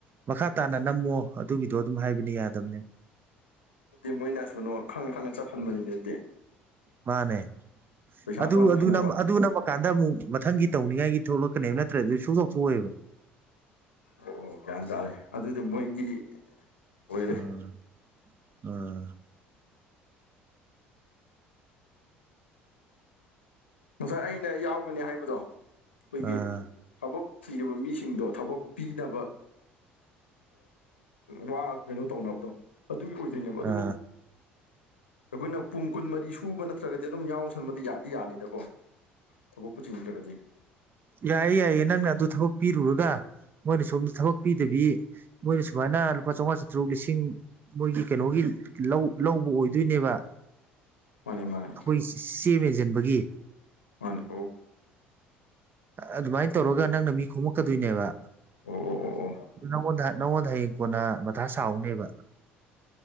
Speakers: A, on the right; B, on the left.
A: ꯃꯈꯥ ꯇꯥꯅ ꯅꯝꯃꯣ ꯑꯗꯨꯒꯤꯗꯣ ꯑꯗꯨꯝ ꯍꯥꯏꯕꯅꯤ ꯌꯥꯗꯕꯅꯦ
B: ꯗꯤ ꯃꯣꯏꯅꯁꯅꯣ ꯈꯪꯅ ꯈꯪꯅ ꯆꯠꯍꯟꯕꯅꯤ ꯅꯠꯇꯦ
A: ꯃꯥꯅꯦ
B: ꯄꯩꯁꯥꯗꯣ
A: ꯑꯗꯨ
B: ꯍꯟꯊꯅꯕ
A: ꯑꯗꯨ ꯑꯗꯨ ꯅ ꯀꯥꯟꯗ ꯑꯃꯨꯛ ꯃꯊꯪꯒꯤ ꯇꯧꯅꯤꯡꯉꯥꯏꯒꯤ ꯊꯣꯛꯂꯛꯀꯅꯦꯕ ꯅꯠꯇ꯭ꯔ ꯑꯗꯨ ꯁꯣꯛꯇꯣꯛ ꯊꯣꯛꯑꯦꯕ
B: ꯑꯣ ꯀꯩ ꯍꯥꯏꯇꯥꯥꯔꯦ ꯑꯗꯨꯗꯤ ꯃꯣꯏꯒꯤ ꯑꯣꯏꯔꯦ
A: ꯎꯝ ꯎꯝ
B: ꯉꯁꯥꯏ ꯑꯩꯅ ꯌꯥꯎꯒꯅꯤ ꯍꯥꯏꯕꯗꯣ ꯑꯩꯈꯣꯏꯒꯤ
A: ꯑꯥ
B: ꯊꯕꯛ ꯊꯤꯔꯤꯕ ꯃꯤꯁꯤꯡꯗꯣ ꯊꯕꯛ ꯄꯤꯅꯕ ꯋꯥ ꯀꯩꯅꯣ ꯇꯧꯅꯕꯗꯣ ꯑꯗꯨꯒꯤ ꯑꯣꯏꯗꯣꯏꯅꯦꯕ ꯑꯗꯨꯕꯨ
A: ꯑꯥ
B: ꯑꯩꯈꯣꯏꯅ ꯄꯨꯡ ꯀꯨꯟꯃꯔꯤ ꯁꯨꯕ ꯅꯠꯇ꯭ꯔꯒꯗꯤ ꯑꯗꯨꯝ ꯌꯥꯎꯁꯟꯕꯗꯤ ꯌꯥꯗꯤ ꯌꯥꯅꯤꯗ ꯗꯀꯣ ꯊꯕꯛ ꯄꯨꯨꯁꯤ ꯅꯠꯇ꯭ꯔꯒꯗꯤ
A: ꯌꯥꯏꯌꯦ ꯌꯥꯏꯌꯦ ꯅꯪꯅ ꯑꯗꯨ ꯊꯕꯛ ꯄꯤꯔꯨꯔꯒ ꯃꯣꯏꯅ ꯁꯣꯝꯗ ꯊꯕꯛ ꯄꯤꯗꯕꯤ ꯃꯣꯏꯅ ꯁꯨꯃꯥꯏꯅ ꯂꯨꯄꯥ ꯆꯥꯝꯃꯉꯥ ꯆꯥꯇ꯭ꯔꯨꯛ ꯂꯤꯁꯤꯡ ꯃꯣꯏꯒꯤ ꯀꯩꯅꯣꯒꯤ ꯂꯧ ꯂꯧꯕ ꯑꯣꯏꯗꯣꯏꯅꯦꯕ
B: ꯃꯥꯅꯦ ꯃꯥꯅꯦ
A: ꯑꯩꯈꯣꯏ ꯆꯦ ꯃꯦꯟꯁꯤꯟꯕꯒꯤ
B: ꯃꯅꯥ
A: ꯑꯗꯨꯃꯥꯏꯅ ꯇꯧꯔꯒ ꯅꯪꯅ ꯃꯤ ꯈꯣꯝꯃꯛꯀꯗꯣꯏꯅꯦꯕ
B: ꯑꯣ ꯑꯣ ꯑꯣ ꯑꯣ
A: ꯅꯉꯣꯟꯗ ꯅꯪꯉꯣꯟꯗ ꯍꯌꯦꯡ ꯀꯣꯟꯅ ꯃꯊꯥ ꯁꯥꯍꯧꯅꯤꯕ